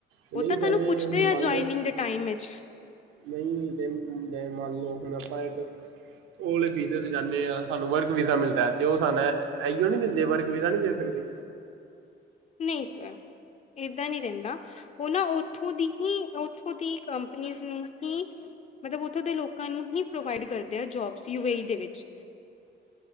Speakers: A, on the right; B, on the left.
A: ਤੇ
B: ਉਹ
A: ਨਹੀਂ
B: ਤਾਂ
A: ਜਿਵੇਂ
B: ਤੁਹਾਨੂੰ ਪੁੱਛਦੇ
A: ਹੁਣ
B: ਆ
A: ਮੰਨ
B: ਜੁਆਇਨਿੰਗ
A: ਲਓ
B: ਦੇ ਟਾਈਮ ਵਿੱਚ,
A: ਨਹੀਂ ਜੈ ਜੈ ਮੰਨ ਲੋ ਹੋ ਨਾ ਪਾਏ, ਉਹ ਆਲੇ ਵੀਜ਼ੇ ਤੇ ਜਾਂਦੇ ਆ ਸਾਨੂੰ ਵਰਕ ਵੀਜ਼ਾ ਮਿਲਦਾ ਹੈ, ਤੇ ਉਹ ਸਾਨ ਇਹੀਓ ਨੀ ਦਿੰਦੇ ਵਰਕ ਵੀਜ਼ਾ ਨਹੀ ਦੇ ਸਕਦੇ,
B: ਨਹੀਂ, ਏਦਾਂ ਨਹੀ ਰਹਿੰਦਾ, ਉਹ ਨਾ ਓਥੋਂ ਦੀ ਹੀ ਓਥੋਂ ਦੀ ਕੰਪਨੀ ਸੀ ਹੀ, ਮਤਲਬ ਉਥੋਂ ਦੇ ਲੋਕਾਂ ਨੂੰ ਹੀ ਪ੍ਰੋਵਾਡ ਕਰਦੇ ਆ ਜੋਬਸ ਯੂ ਈ ਦੇ ਵਿਚ,